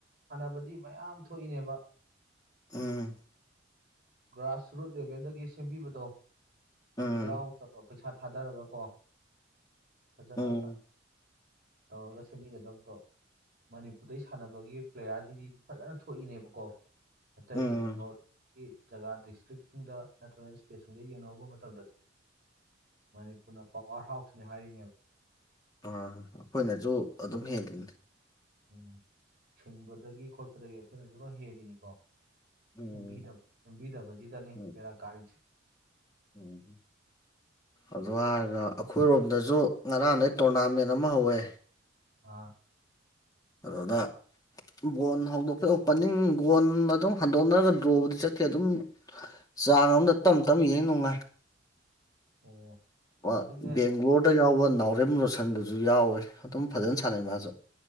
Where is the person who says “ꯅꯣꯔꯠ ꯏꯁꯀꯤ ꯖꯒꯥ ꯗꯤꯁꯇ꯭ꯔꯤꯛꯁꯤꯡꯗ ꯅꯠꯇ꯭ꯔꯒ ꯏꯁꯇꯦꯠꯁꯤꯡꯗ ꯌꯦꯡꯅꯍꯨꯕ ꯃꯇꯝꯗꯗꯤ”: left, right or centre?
Right